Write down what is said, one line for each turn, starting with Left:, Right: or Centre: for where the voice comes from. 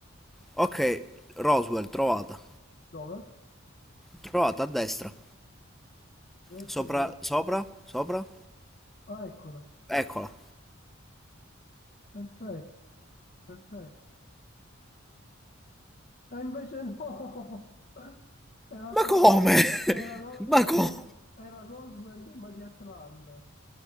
Centre: Ok, Roswell, trovata.
Left: dove?
Centre: Trovata a destra.
Left: Destra,
Centre: Sopra,
Left: dimmi.
Centre: sopra, sopra.
Left: Ah, eccola.
Centre: Eccola.
Left: Perfetto, perfetto. E invece no! <laughs> Era Atlanta.
Centre: Ma come?
Left: Era,
Centre: <laughs>
Left: Ro- era
Centre: Ma come?
Left: Ros- era Roswell, ma di Atlanta.